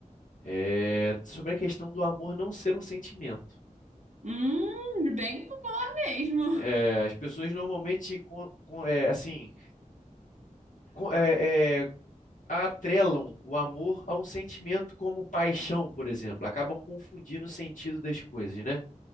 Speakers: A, on the left; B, on the right.
A: é sobre a questão do amor não ser um sentimento.
B: Hum, bem mesmo.
A: É, as pessoas normalmente, com, com- é, assim, com- é, é, atrelam o amor a um sentimento como paixão, por exemplo. Acabam confundindo o sentido das coisas, né?